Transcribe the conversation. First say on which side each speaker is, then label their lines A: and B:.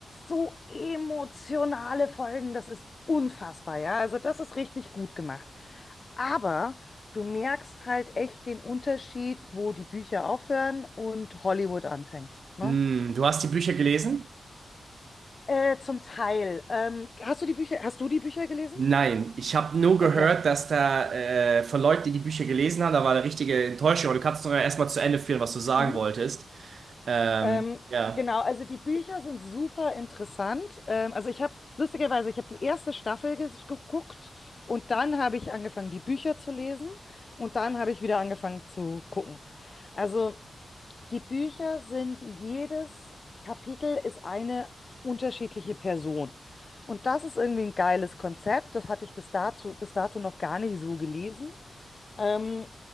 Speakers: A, on the left; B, on the right.
A: so emotionale Folgen, das ist unfassbar, ja. Also das ist richtig gut gemacht. Aber du merkst halt echt den Unterschied, wo die Bücher aufhören und Hollywood anfängt, ne?
B: Hm, du hast die Bücher gelesen?
A: Äh, zum Teil. Ähm, hast du die Bücher, hast du die Bücher gelesen?
B: Nein, ich habe nur gehört,
A: Okay.
B: dass da äh, von Leuten, die die Bücher gelesen haben, da war eine richtige Enttäuschung. Aber du kannst doch erstmal zu Ende führen, was du sagen
A: Mhm.
B: wolltest. Ähm,
A: Ähm,
B: ja.
A: genau, also die Bücher sind super interessant. Ähm, also ich habe, lustigerweise, ich habe die erste Staffel ges- geguckt und dann habe ich angefangen, die Bücher zu lesen und dann habe ich wieder angefangen zu gucken. Also die Bücher sind, jedes Kapitel ist eine unterschiedliche Person. Und das ist irgendwie ein geiles Konzept. Das hatte ich bis dazu, bis dato noch gar nicht so gelesen. Ähm,